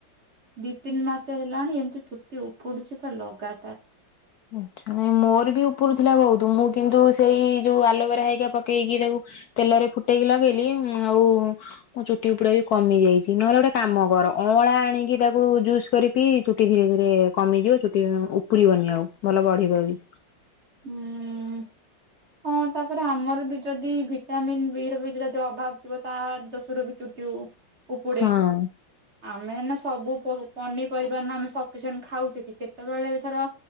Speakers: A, on the right; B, on the left.
A: ଦି ତିନି ମାସ ହେଲାଣି ଏମିତି ଚୁଟି ଉପୁଡୁଛି ପୁରା ଲଗାତାର।
B: ଆଛା ମୋର ବି ଉପଡୁ ଥିଲା ବହୁତ ମୁଁ କିନ୍ତୁ ସେଇ ଯୋଉ ଆଲୋଭେରା ହେଇକା ପକେଇକି ତାକୁ। ତେଲରେ ଫୁଟେଇକି ଲଗେଇଲି ଆଉ। ମୋ ଚୁଟି ଉପୁଡା ବି କମି ଯାଇଛି ନହେଲେ ଗୋଟେ କାମ କର ଅଁଳା ଆଣିକି ତାକୁ ଜୁସ କରି। ପି ଧୀରେ ଧୀରେ କମିଯିବ ଚୁଟି ଉପୁଡି ବନି ଆଉ ଭଲ ବଢିବ ବି।
A: ଉଁ। ହଁ ତାପରେ ଆମର ବି ଯଦି ଭିଟାମିନ୍ ବି ର ବି ଯଦି ଅଭାବ ଥିବ ତା ଦୋଶୁର ବି ଚୁଟି ଉ‌ ଉପଡ଼େ।
B: ହଁ
A: ଆମେ ଏଇନା ସବୁ ପ ପନିପରିବା ନା ଆମେ ସଫିସେଣ୍ଟ ଖାଉଚେ କି କେତେବେଳେ ଏଥର।